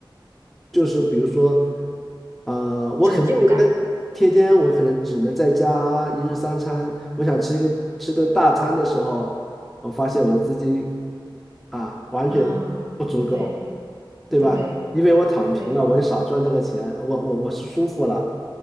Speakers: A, in the centre; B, on the right (about 35°).
A: 就是比如说，呃，我可能天天天天我可能只能在家一日三餐，
B: 成就感。
A: 我想吃一个吃顿大餐的时候，我发现我的资金啊完全
B: 啊，
A: 不足够，
B: 对
A: 对吧？
B: 对
A: 因为我躺平了，
B: 对，
A: 我也少赚这个钱，我我我是舒服了，